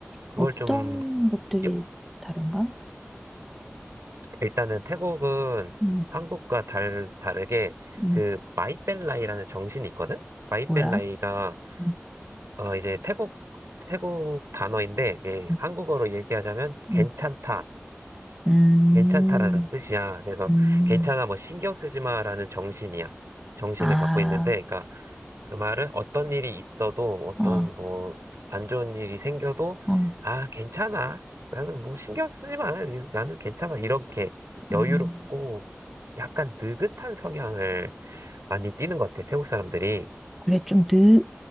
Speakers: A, on the right; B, in the centre.
A: 그걸
B: 어떤
A: 좀,
B: 것들이
A: 여-
B: 다른가?
A: 일단은 태국은
B: 음,
A: 한국과 달, 다르게
B: 음,
A: 그 마이벨라이라는 정신이 있거든? 마이벨라이가,
B: 뭐야? 음,
A: 어, 이제 태국, 태국 단어인데, 이게
B: 음,
A: 한국어로 얘기하자면
B: 음.
A: 괜찮다.
B: 음.
A: 괜찮다라는 뜻이야. 그래서
B: 음,
A: 괜찮아, 뭐 신경 쓰지 마라는 정신이야. 정신을
B: 아,
A: 갖고 있는데, 그러니까 그 말은 어떤 일이 있어도 어떤
B: 어,
A: 뭐 안 좋은 일이 생겨도
B: 어,
A: 아, 괜찮아. 나는 뭐 신경 쓰지 마. 나는 괜찮아. 이렇게 여유롭고
B: 음.
A: 약간 느긋한 성향을 많이 띠는 것 같아. 태국 사람들이
B: 그래, 좀 느,